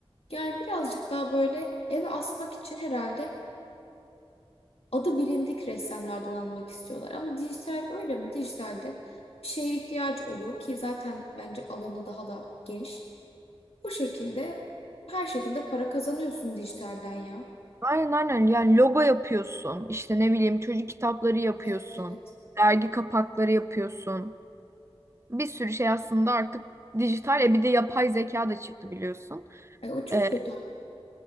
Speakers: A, on the left (about 75°); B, on the right (about 25°).
A: yani birazcık daha böyle eve asmak için herhalde adı bilindik ressamlardan almak istiyorlar. Ama dijital öyle mi? Dijitalde bir şeye ihtiyaç oluyor ki zaten bence alanı daha da geniş. Bu şekilde her şekilde para kazanıyorsun dijitalden ya.
B: Aynen aynen yani logo yapıyorsun işte ne bileyim çocuk kitapları yapıyorsun
A: Evet evet.
B: dergi kapakları yapıyorsun bir sürü şey aslında artık dijital. E bir de yapay zeka da çıktı biliyorsun.
A: Ay, o çok
B: E,
A: kötü. Evet.